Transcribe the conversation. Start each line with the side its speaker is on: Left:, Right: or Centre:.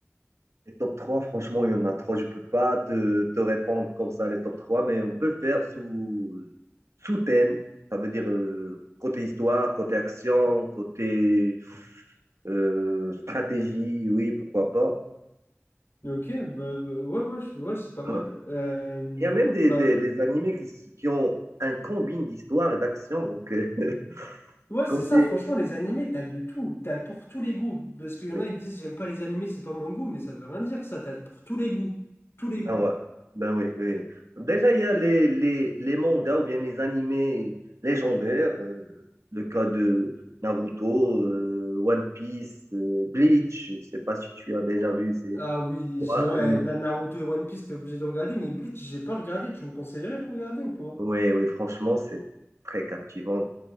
Right: Les top 3, franchement, il y en a trop. Je peux pas te, te répondre comme ça, les top 3, mais on peut faire sous, sous thème. Ça veut dire euh, côté histoire, côté action, côté euh, stratégie, oui, pourquoi pas.
Left: Ok, bah, bah, ouais, ouais, je- ouais, c'est pas mal.
Right: Euh,
Left: Euh,
Right: Il y a même des,
Left: bah,
Right: des, des animés qui, s- qui ont un combine d'histoire et d'action, donc euh, <laughs>
Left: ouais, c'est
Right: combien-
Left: ça, franchement, les animés, t'as de tout. T'as pour tous les goûts. Parce qu'il y
Right: oui.
Left: en a, ils te disent, j'aime pas les animés, c'est pas mon goût, mais ça veut rien dire, ça. T'as pour tous les goûts. Tous les
Right: Ah
Left: goûts.
Right: ouais, ben oui, oui. oui. Déjà, il y a les, les, les mangas ou bien les animés légendaires, euh, le cas de Naruto, euh, One Piece, euh, Bleach, je sais pas si tu as déjà vu ces
Left: Ah oui,
Right: trois
Left: j'ai, ouais,
Right: animés.
Left: Na- Naruto et One Piece, t'es obligé de regarder, mais Bleach, j'ai pas regardé. Tu me conseillerais de regarder ou pas?
Right: Oui, oui, franchement, c'est très captivant.